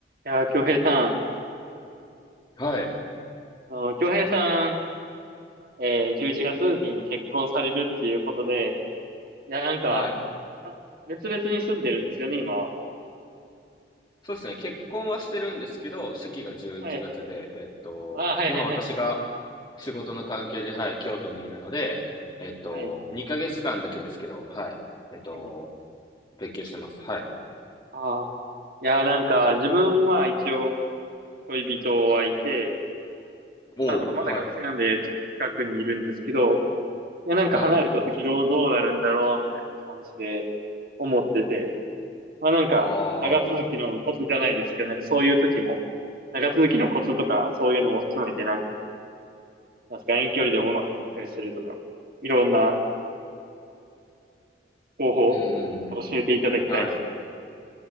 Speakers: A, on the right; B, on the left.
A: いやー、京平さん、
B: はい。
A: あの京平さん、えー、11月に結婚されるっていうことで、いや、なんか、
B: はい。
A: あ別々に住んでるんですよね、今は。
B: そうですね。結婚はしてるんですけど、式が11月で、
A: はい。
B: えっと、
A: あー、はいはいはい。
B: 今私が仕事の関係で、はい、京都にいるので、えっと、
A: はい。
B: 2ヶ月間だけですけど、はい。えっと、
A: はい
B: 勉強してます。はい。
A: あーいやー、なんか、自分は一応恋人はいて、
B: おお、
A: まあ、そのまだ学生なんで近くにいるんですけど、
B: はい。
A: いや、なんか離れた時どう、
B: はい。
A: どうなるんだろう、みたいな感じで思ってて。まあなんか、
B: あ
A: 長続きのコツじゃないですけど、
B: あ、
A: なんかそういう時も、長続きのコツとか、そういうのも含めて、なんか、なんすか遠距離でもうまくいったりするとか、いろんな方法を教えていただきたいですね。
B: うんうんうん。はい。